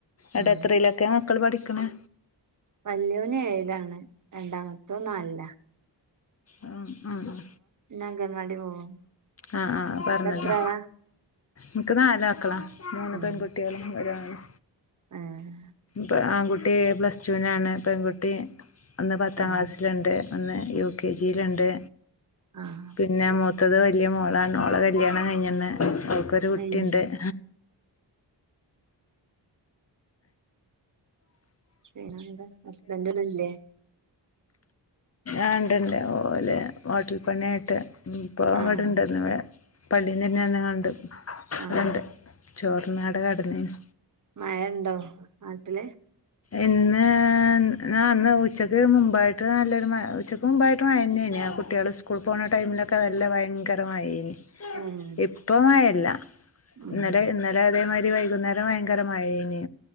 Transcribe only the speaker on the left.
അടെത്രയിലൊക്കെ
മക്കൾ പഠിക്കണെ
ഉം ഉം
ആ ആ പറഞ്ഞല്ലോ
നിക്ക് നാല് മക്കളാ മൂന്ന്
പെൺകുട്ടികളും ഒരാണും
പ്പൊ ആൺകു ട്ടി പ്ലസ് ടൂ നാണ് പെൺകുട്ടി ഒന്ന് പത്താം
ക്ലാസ്സില്ണ്ട് ഒന്ന് യു കെ ജിൽണ്ട്
പിന്നെ മു ത്തത് വല്യ മോളാണ് മോളെ കല്യാണം കഴിഞ്ഞന്ന് ഓൾക്കൊരു കുട്ടിണ്ട്
<inaudible>
ആ ണ്ട്‌ ണ്ട് ഓല് ഹോട്ടൽ പണിയായിട്ട് ഇപ്പൊ
വിടെണ്ട് ന്ന് പള്ളിന്നിര്ഞ്ങ്ങാണ്ടു വടെ
ണ്ട് ചോർന്നട കടന്നീന്
ഇന്ന് ഞാ ന്ന് ഉച്ചക്ക് മുമ്പായിട്ട് നല്ലൊരു മഴ ഉച്ചക്ക് മുമ്പായിട്ട് മയന്നേന് ആ കുട്ട്യാള് സ്കൂൾ പോകണ ടൈമിലൊക്കെ നല്ല ഭയങ്കരമയേനി
ഇപ്പ മയല്ല
ഇന്നലെ ഇന്നലെ അതേമാ തിരി വൈകുന്നേരം ഭയങ്കരമയേയ്നി